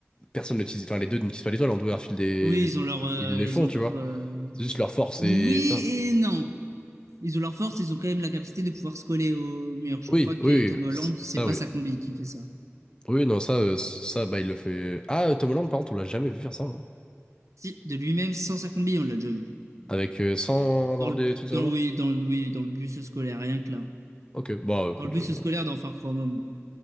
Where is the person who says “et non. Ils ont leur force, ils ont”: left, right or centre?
Right